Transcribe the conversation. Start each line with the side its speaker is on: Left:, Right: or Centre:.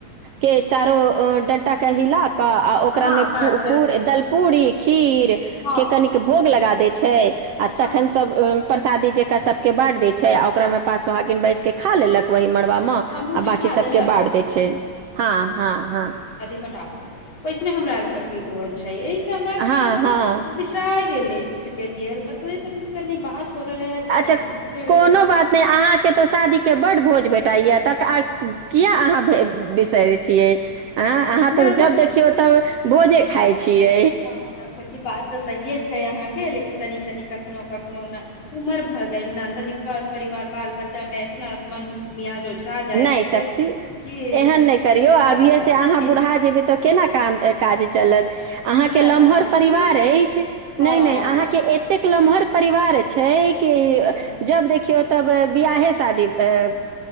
Right: के चारो डंटाा क हिल आ ओकरामे
Left: हँ बाँसर के
Right: दलपूड़ी ठीक
Left: हँ
Right: के कन भोग लगा दै छै आ
Left: हँ
Right: तखन सबकें प्रसादी जेका सबके बैन्ट दे छै आ ओकरा मे पाँचह गिन बैस के खा लेलक उहि पर आ
Left: हँ मुँह जुठा
Right: बांकी
Left: देलक
Right: सबके बाँट दे छै हँ हँ हँ
Left: कटा देे वैसने हमरार घर परी होल छैा हमरा
Right: हाँ
Left: तनि तनि
Right: हाँ
Left: बिसरा गेल गेलिय थोड़े तनि बात हो रहले है तऽ
Right: अच्छा
Left: तनी पूछि लेवल
Right: कोनो
Left: जाय
Right: बात नहि अहाँके तऽ शादीके बड्ड भोज भेटाइए तऽ किया अहाँ बिसर छियै अ अहाँ
Left: आ नहि
Right: त
Left: तऽ
Right: जब देखियौ तब भोजे खााय छियै
Left: हँ सखी बात तऽ सही छै छै यहाँ के लेकिन तनी तनि कखनो कखनो ने उमर भ गेल ने तनि पर परिवार बाल बच्चा में एतना मन मियाज ओझरा जाइ
Right: नहि
Left: छै
Right: सखी
Left: कि
Right: एहन नहि करियौ
Left: बिसरा
Right: अभिय
Left: जाइ
Right: से अहाँ
Left: छै
Right: बुढ़ा जेबै तऽ केना काम काज चलत अहाँके
Left: न
Right: लमहर
Left: न सखी
Right: परिवार अछि
Left: हँ
Right: नहि नहि अहाँके एतेक लमहर परिवार अछि छै कि
Left: हँ
Right: जब देखियौ तब विआहे शादीकें